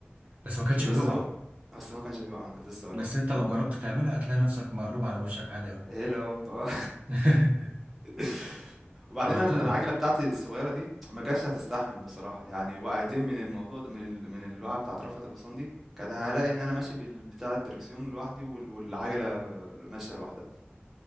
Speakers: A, on the right; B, in the centre.
A: بس ما كانش
B: فبس
A: بيقع
B: هو أصل هو ما كانش بيوقع أنا كنت لسه هاقول
A: بس
B: لك،
A: أنت لو جربت تعملها هتلاقي نفسك مقلوب على وشك عادي أوي
B: هيلا هوب آه
A: <laughs>
B: <laughs> وبعدين
A: على
B: أنا
A: طول
B: العجلة بتاعتي الصغيرة دي ما كانتش هتستحمل بصراحة، يعني وقعتين من الموضوع ده من ال من الوقعة بتاعة رفعة الحصان دي، كانت هالاقي إن أنا ماشي بال بتاع الدركسيون لوحدي وال والعجلة ماشية لوحدها.